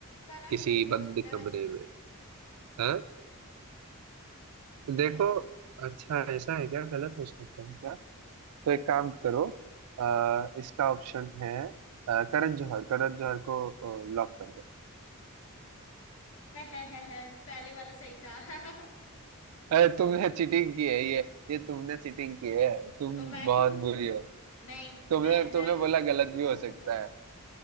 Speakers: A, on the left (about 65°); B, on the right (about 85°).
A: का ना
B: किसी
A: गलत भी हो
B: बंद
A: सकता है
B: कमरे
A: वैसे
B: में हाँ तो देखो
A: अ,
B: अच्छा ऐसा है क्या गलत हो सकता है क्या तो एक काम करो आ, इसका ऑप्शन है अ, करण जौहर करण जौहर को लॉक कर दो
A: है, है, है, है, पहले वाला सही था <laughs>
B: अरे तुमने चीटिंग की है ये ये तुमने चीटिंग की है तुम
A: तो मैं
B: बहुत
A: क्यों
B: बुरी हो
A: नहीं
B: तुमने
A: मैं
B: तुमने
A: मैं क्यों
B: बोला
A: करूंगी
B: गलत
A: तुम्हारा
B: भी हो सकता
A: होमवर्क
B: है अ,